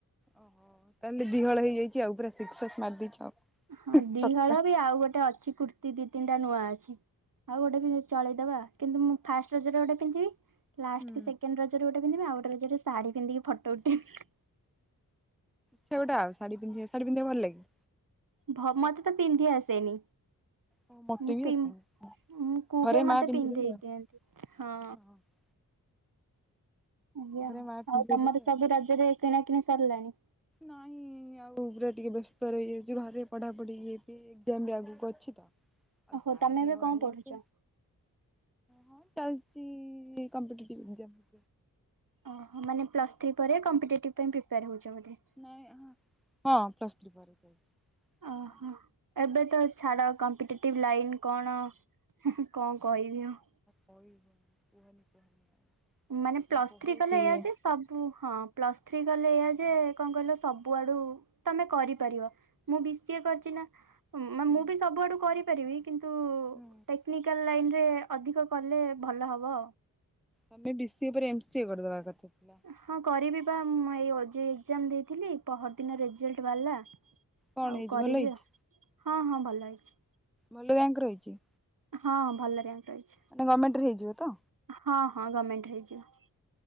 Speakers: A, in the centre; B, on the right.
A: ଓହୋ ତାହେଲେ ଦି ହଳ ହେଇଯାଇଛି ଆଉ ପୁରା ସିକ୍ସସସ୍ ମାରି ଦେଇଛ ଆଉ।
B: ହଁ ଦିହଳ
A: ଛକା।
B: ବି ଆଉ ଗୋଟେ ଅଛି କୁର୍ତ୍ତି ଦି ତିନିଟା ନୂଆ ଅଛି। ଆଉ ଗୋଟେ ବି ଚଳେଇଦବା କିନ୍ତୁ ମୁଁ ଫାଷ୍ଟ ରଜରେ ଗୋଟେ ପିନ୍ଧିବି ଲାଷ୍ଟ
A: ହୁଁ।
B: ସେକେଣ୍ଡ ରଜ ଗୋଟେ ପିନ୍ଧିବି ଆଉ ଗୋଟେ ରଜରେ ଶାଢ଼ୀ ପିନ୍ଧି ଫଟୋ ଉଠେଇବି।
A: ସେ ଗୋଟେ ଆଉ ଶାଢ଼ୀ - ଶାଢ଼ୀ ପିନ୍ଧିବାକୁ ଭଲ ଲାଗେ?
B: ଭ ମତେ ତ ପିନ୍ଧି ଆସେନି।
A: ହଁ ମୋତେ
B: ମୁଁ
A: ବି
B: ପିନ୍
A: ଆସେନି
B: ମୁ କୁହେ
A: ଘରେ ମା
B: ମତେ
A: ପିନ୍ଧେଇଦେବେ
B: ପିନ୍ଧେଇ ଦିଅନ୍ତି ହଁ।
A: ଆଉ ହଁ
B: ଆଜ୍ଞା
A: ଘରେ ମା ପିନ୍ଧେଇଦେବେ
B: ଆଉ ତମର ସବୁ ରଜରେ କିଣା କିିଣି ସରିଲାଣି?
A: ନାହିଁ ଆଉ ପୁରା ଟିକେ ବ୍ୟସ୍ତ ରହିଯାଉଛି ଘରେ ପଢ଼ାପଢ଼ି ଇଏ ସିଏ ଏଜ୍ଜାମ ଆଗକୁ ଅଛି ତ। ଆଉ
B: ଓହୋ
A: ଯାଇନି
B: ତମେ ଏବେ
A: ଆଉ
B: କଣ
A: ଆଣିବାକୁ
B: ପଢୁଛ?
A: ହଁ ଚାଲିଛି କମ୍ପିଟେଟିଭ ଏଜ୍ଜାମ।
B: ଓହୋ ମାନେ ପ୍ଲସ ଥ୍ରୀ ପରେ କମ୍ପିଟେଟିଭ ପାଇଁ ପ୍ରିପେଆର ହଉଛ ବୋଧେ।
A: ନାଁଇଁ ହଁ ପ୍ଲସ୍ ଥ୍ରୀ ପରେ
B: ଓହୋ
A: ହଁ
B: ଏବେ ତ ଛାଡ଼ କମ୍ପିଟେଟିଭ ଲାଇନ୍ କଣ କଣ କହିବି ଆଉ।
A: କହି ହଉନି କୁହନି କୁହନି ଆଉ।
B: ମାନେ
A: ଏଇଟା
B: ପ୍ଲସ୍
A: ବହୁତ
B: ଥ୍ରୀ କଲେ
A: ଇଏ
B: ଏୟା ଯେ ସବ ହଁ ପ୍ଲସ୍ ଥ୍ରୀ କଲେ ଏଇଆ ଯେ କଣ କହିଲ ସବୁଆଡୁ ତମେ କରିପାରିବ। ମୁଁ ବି ସିଏ କରିଛି ନା
A: ହୁଁ
B: ମୁଁ ବି ସବୁଆଡୁ କରିପାରିବି କିନ୍ତୁ ଟେକ୍
A: ହୁଁ
B: ଟେକ୍ନିକାଲ ଲାଇନରେ ଅଧିକ କଲେ ଭଲ ହେବ।
A: ତମେ ବି ସି ଏ ପରେ ଏମ ସିି ଏ କରିଦବା କଥା ଥିଲା।
B: ହଁ କରିବି ବା ମୁଁ ଏଇ ଓ ଜେ ଇ ଏଜ୍ଜାମ ଦେଇଥିଲି। ପହର ଦିନ ରେଜଲ୍ଟ ବାହାରିଲା
A: କଣ
B: ଆଉ
A: ହେଇଛି
B: କରିବି
A: ଭଲ ହେଇଛି
B: ଆଉ ହଁ ହଁ ଭଲ ହେଇଛି।
A: ଭଲ ରେଙ୍କ ରହିଛି?
B: ହଁ ଭଲ ରାଙ୍କ ରହିଛି।
A: ମାନେ ଗଭରମେଣ୍ଟ ରେ ହେଇଯିବ ତ?
B: ହଁ ହଁ ଗଭର୍ଣ୍ଣମେଣ୍ଟ ରେ ହେଇଯିବ।